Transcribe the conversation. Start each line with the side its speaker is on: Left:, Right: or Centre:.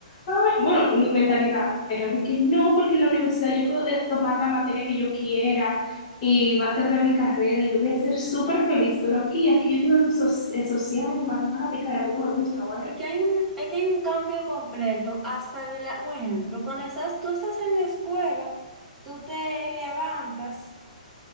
Left: "Ay", bueno, mi mentalidad era de que no, porque en la universidad yo puedo eh, tomar la materia que yo quiera y va a ser de mi carrera y yo voy a ser súper feliz, pero aquí, aquí yo estoy dando so- eh, sociales, matemáticas, y a mí no me gusta, por ejemplo.
Centre: Y que hay un, es que hay un cambio completo, hasta de la, un ejemplo, cuando estás, tú estás en la escuela, tú te levantas.